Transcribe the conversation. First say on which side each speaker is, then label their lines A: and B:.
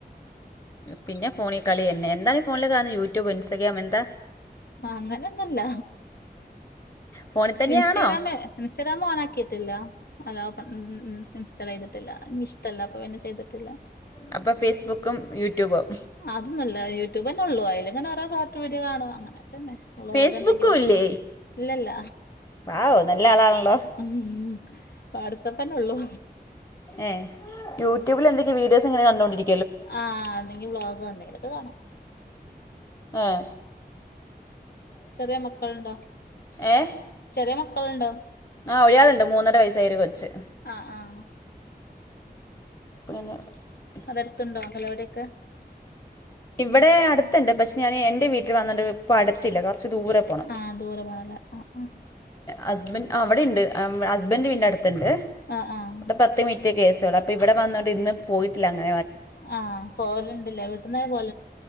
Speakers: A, on the left; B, on the left.
A: പിന്നെ ഫോണിൽ കളി തന്നെ എന്താണ് ഈ ഫോണില് കാണുന്നെ യൂട്യൂബ് ഇൻസ്റ്റാഗ്രാം എന്താ
B: അങ്ങനൊന്നൂല്ല
A: ഫോണിൽ തന്നെയാണോ
B: ഇൻസ്റ്റഗ്രാമ് ഇൻസ്റ്റഗ്രാം ഓൺ ആക്കിയിട്ടില്ല അല്ല ഓപ്പൺ മ് മ് മ് ഇൻസ്റ്റാൾ ചെയ്തിട്ടില്ല നിക്കിഷ്ടല്ല അപ്പൊ പിന്നെ ചെയ്തിട്ടില്ല
A: അപ്പൊ ഫേസ്ബുക്കും യൂട്യൂബും
B: അതൊന്നല്ല യൂടൂബന്നെ ഉള്ളൂ അയിലിങ്ങന ഓരോ ഷോട്ട് വീഡിയോ കാണു അങ്ങനെ വ്ലോഗോ
A: ഫേസ്ബുക്കും
B: എന്തെങ്കിലും
A: ഇല്ലേ
B: ഇല്ലല്ല
A: വാവോ നല്ല ആളാണല്ലോ
B: ഉം വാട്സപ്പ് തന്നെ ഉള്ളൂ
A: ഏ യൂട്യൂബിൽ എന്തക്ക വീഡിയോസ് ഇങ്ങനെ കണ്ടോണ്ടിരി
B: ആഹ് എന്തെങ്കി വ്ലോഗോ എന്തെങ്കിലൊക്കെ കാണും
A: മ്മ്ഹ്
B: ചെറിയ മക്കള്ണ്ടോ
A: ഏ
B: ചെറിയ മക്കള്ണ്ടോ
A: ആ ഒരാളുണ്ട് മൂന്നര വയസായ ഒരു കൊച്ച്
B: ആഹ് ആഹ്
A: <unintelligible>
B: അതടുത്ത്ണ്ടോ അങ്കലവാടിയെക്കെ
A: ഇവിടെ അടുത്തുണ്ട് പക്ഷെ ഞാൻ എൻ്റെ വീട്ടിൽ വന്നിട്ട് ഇപ്പോൾ അടുത്തില്ല കുറച്ച് ദൂരെ പോകണം
B: ആഹ് ദൂരെ പോണല്ലേ ആഹ് ആഹ്
A: ഹസ്ബൻ അവിടെ ഉണ്ട് ഹസ്ബൻഡ് വീട്ടിന്റെ അടുത്തുണ്ട്
B: ആഹ് ആഹ്
A: അവിടെ പത്ത് മി മിനിറ്റിന്റെ കേസുകൾ അപ്പോൾ ഇവിടെ വന്നുകൊണ്ട് ഇന്ന് പോയിട്ടില്ല അങ്ങനെ
B: ആഹ് പോവല്ണ്ട് ലേ വീട്ട്ന്നേ പോൽ